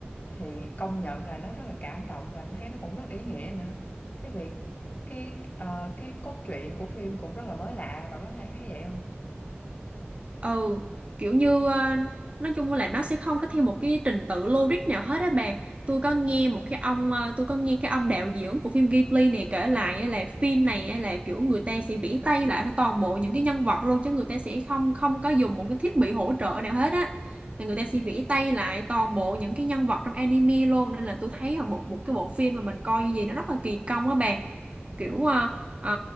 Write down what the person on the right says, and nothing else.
ừ kiểu như ờ, nói chung là nó sẽ không có theo một cái trình tự logic nào hết á bạn tôi có nghe một cái ông ờ, tôi có nghe cái ông đạo diễn của phim Ghibli này kể lại á là phim này á là kiểu người ta sẽ vẽ tay lại toàn bộ những cái nhân vật luôn chứ người ta sẽ không không có dùng một cái thiết bị hỗ trợ nào hết á là người ta sẽ vẽ tay lại toàn bộ những cái nhân vật trong anime luôn nên là tôi thấy là một một cái bộ phim mà mình coi như gì nó rất là kỳ công á bạn kiểu ờ, ờ,